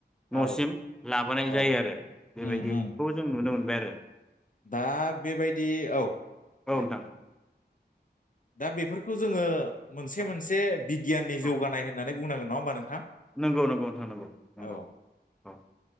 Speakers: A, on the left (about 50°); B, in the centre.
A: औ
B: न'सिम लाबोनाय
A: औ
B: जायो आरो बेबायदिखौ
A: उम उम
B: जों नुनो मोनबाय। ए
A: दा बेबायदि औ
B: औ
A: दे।
B: नोंथां
A: दा बेफोरखौ जोङो मोनसे
B: औ
A: मोनसे बिगियाननि जौगानाय
B: औ
A: होननानै बुंनांगोन नङा हो नोंथां
B: नंगौ नंगौ नोंथां नंगौ नंगौ
A: औ
B: औ